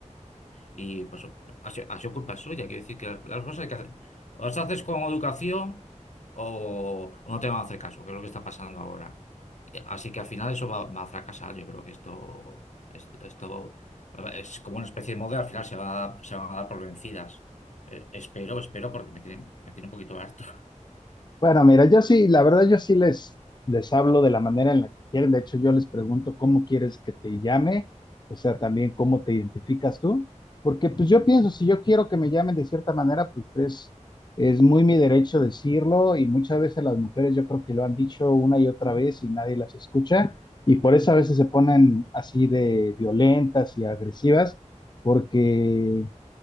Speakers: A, on the left; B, on the left.
A: y pues ha sido, ha sido culpa suya, quiero decir que las, las cosas hay que hacer. O las haces con educación o, o no te van a hacer caso, que es lo que está pasando ahora. Y- Así que al final eso va, va a fracasar. Yo creo que esto, esto, esto es como una especie de moda, al final se va, a- se van a dar por vencidas. Eh, espero, espero, porque me tiene, me tiene un poquito harto.
B: Bueno, mira, yo sí, la verdad yo sí les, les hablo de la manera en la que quieren. De hecho, yo les pregunto cómo quieres que te llame, o sea, también cómo te identificas tú, porque pues yo pienso, si yo quiero que me llamen de cierta manera, pues es, es muy mi derecho decirlo y muchas veces las mujeres yo creo que lo han dicho una y otra vez y nadie las escucha y por eso a veces se ponen así de violentas y agresivas, porque